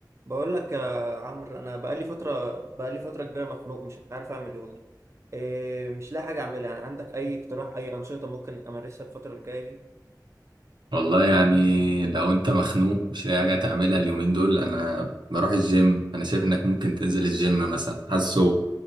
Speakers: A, on the right (about 40°); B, on the right (about 85°).
A: بقول لك يا عمرو انا بقالي فتره بقالي فتره كبيره مخنوق مش عارف اعمل ايه والله إيه مش لاقي حاجه اعملها يعني عندك اي اقتراح اي انشطه ممكن امارسها الفتره الجايه دي
B: والله يعني لو انت مخنوق مش لاقي حاجه تعملها اليومين دول انا بروح الجيم انا شايف انك ممكن تنزل الجيم مثلا حاسه